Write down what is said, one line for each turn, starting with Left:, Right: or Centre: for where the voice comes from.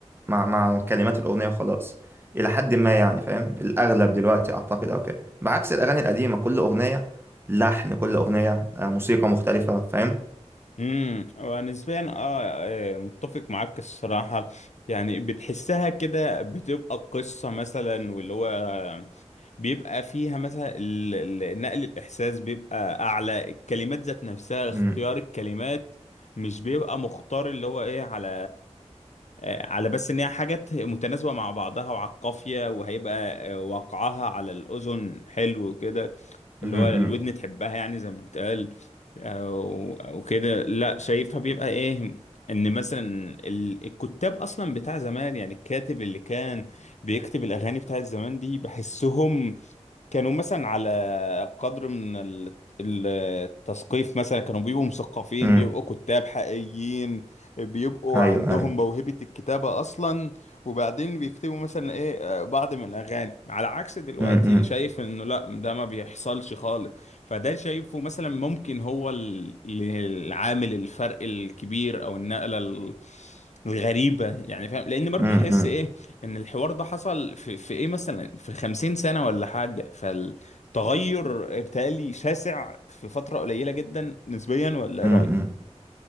Right: مع مع كلمات الأغنية وخلاص إلى حد ما يعني فاهم الأغلب دلوقتي أعتقد أو كده بعكس الأغاني القديمة كل أغنية لحن كل أغنية آه، موسيقى مختلفة فاهم
Left: امم ونسبيا اه آه، متفق معاك الصراحه يعني بتحسها كده بتبقى قصه مثلا واللي هو بيبقى فيها مثلا ال- ال- نقل الاحساس بيبقى اعلى الكلمات ذات نفسها اختيار
Right: مم،
Left: الكلمات مش بيبقى مختار اللي هو ايه على آه، على بس ان هي حاجات متناسبه مع بعضها وعلى القافيه وهيبقى آه، وقعها على الاذن حلو كده
Right: مم،
Left: اللي هو الودن
Right: مم،
Left: تحبها يعني زي ما بتقال او او كده لا شايفها بيبقى ايه ان مثلا ال- الكتاب اصلا بتاع زمان يعني الكاتب اللي كان بيكتب الاغاني بتاعت زمان دي بحسهم كانوا مثلا على قدر من ال- التثقيف مثلا كانوا بيبقوا مثقفين
Right: مم.
Left: بيبقوا كتاب حقيقيين بيبقوا
Right: أيوه
Left: عندهم
Right: أيوه
Left: موهبة الكتابة أصلا وبعدين بيكتبوا مثلا إيه آه، بعض من الأغاني على عكس دلوقتي
Right: مم، مم،
Left: شايف إنه لأ ده ما بيحصلش خالص فده شايفه مثلا ممكن هو ال- العامل الفرق الكبير او النقله ال- الغريبه يعني فاهم لان برضو
Right: مم،
Left: تحس
Right: مم،
Left: ايه ان الحوار ده حصل في, في ايه مثلا في خمسين سنه ولا حاجه فالتغير بتالي شاسع في فتره قليله جدا نسبيا ولا ايه
Right: مم.
Left: رايك